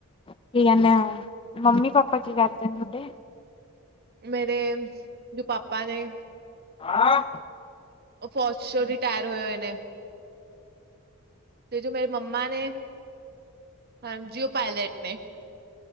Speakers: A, on the left; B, on the right.
A: ਕੀ ਕਹਿੰਨੇ ਆ ਮੰਮੀ ਪਾਪਾ ਕੀ ਕਰਦੇ ਨੇ ਤੁਹਾਡੇ?
B: ਮੇਰੇ ਜੋ ਪਾਪਾ ਨੇ,
A: ਆਂ,
B: ਉਹ ਫੌਜ ਚੋਂ ਰਿਟਾਇਰ ਹੋਏ-ਹੋਏ ਨੇ, ਤੇ ਜੋ ਮੇਰੀ ਮੰਮਾ ਨੇ, ਹਾਂਜੀ ਉਹ ਪਾਇਲਟ ਨੇ